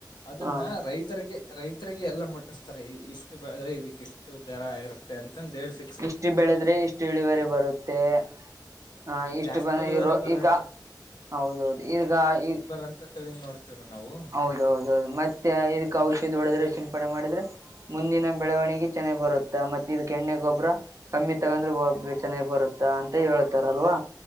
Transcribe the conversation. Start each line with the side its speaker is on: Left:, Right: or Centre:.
Left: ಅದನ್ನ
Right: ಹಾ
Left: ರೈತರಿಗೆ ರೈತರಿಗೆ ಎಲ್ಲ ಮುಟ್ಟಿಸ್ತಾರೆ ಇಷ್ಟು ಬೆಳ್ರೆ ಇದಕ್ಕ ಇಷ್ಟು ದರ ಇರುತ್ತೆ ಅಂತಂದು ಹೇಳಳ್ಫಕ್
Right: ಇಷ್ಟು ಬೆಳೆದ್ರೆ ಇಷ್ಟು ಇಳಿವರಿ ಬರುತ್ತೆ ಹ ಇಷ್ಟು
Left: ಜಾಸ್ತಿ
Right: ಬಂದ
Left: ಇಳುವರಿ
Right: ಇರೋ
Left: ಬರಂತ
Right: ಈಗ ಹೌದೌದು ಈಗ ಈ
Left: ಅಂತ ತಿ ನೋಡ್ತಿವ್ ರಿ ನಾವು
Right: ಹೌದ ಹೌದೌದು ಮತ್ತೆ ಇದಕ್ಕೆ ಔಷಧಿ ಹೊಡೆದ್ರೆ ಸಿಪಣೆ ಮಾಡಿದ್ರೆ ಮುಂದಿನ ಬೆಳವಣಿಗೆ ಚೆನ್ನಾಗಿ ಬರುತ್ತಾ ಮತ್ತೆ ಇ ಕೆಣ್ಣೆ ಗೊಬ್ಬ್ರ ಕಮ್ಮಿ ತಗಂದ್ರೆ ಬಬ್ಬ ಚೆನ್ನಾಗ್ ಬರುತ್ತಾ ಅಂತ ಹೇಳ್ತಾರಲ್ವಾ